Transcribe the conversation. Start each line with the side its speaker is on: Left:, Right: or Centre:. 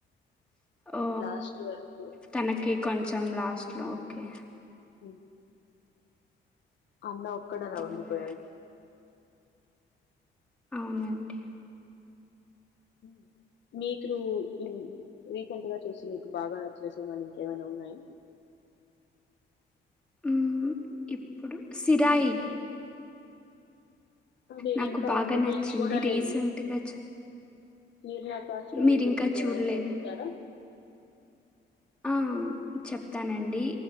Centre: ఓ
Left: లాస్ట్ వరకు.
Centre: తనకి కొంచం లాస్ట్ లో ఓకే
Left: ఉ అన్న ఒక్కడలా
Centre: హ్మ్.
Left: ఉండిపోయాడు
Centre: అవునండి
Left: ఉహ్ మీకు ఉ రీసెంట్ గా చూసి మీకు బాగా నచ్చిన సినిమాలు ఇంకేమైనా ఉన్నాయి
Centre: ఉహ్ ఇప్పుడు సిరాయి
Left: అంటే నేను
Centre: నాకు
Left: ఇంకా
Centre: బాగా
Left: మూవీ
Centre: నచ్చింది.
Left: చూడలేదు
Centre: రీసెంట్‌గా
Left: మీరు నాకు ఆ స్టోరి
Centre: మీరింకా
Left: గురించి
Centre: చూడలేదా
Left: ఏమైనా చెప్తారా
Centre: ఆ చెప్తానండి,